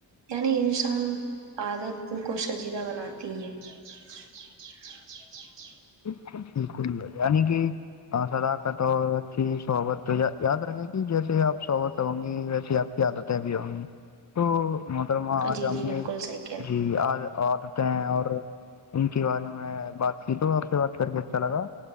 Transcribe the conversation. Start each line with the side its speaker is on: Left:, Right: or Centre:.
Right: یعنی انسان عادت کو شجیدہ بناتی ہے <unintelligible> <inaudible>
Left: بکل بکل ب کہ ہ صلاقت اور صحبت یاد رکھے گی جیسے آپ صحبت ہوں گ ج ویسیے آپ کی عادتیں ا بھیھی ہم تو مطب آج
Right: جی
Left: ہم
Right: جی
Left: نے
Right: بالکل صحیح کہہ رہے ہیں
Left: جی آج آ دیتے ہیں اور ان کے بارے میں بات کی تو آپ سے بات کر کے اچھا لگا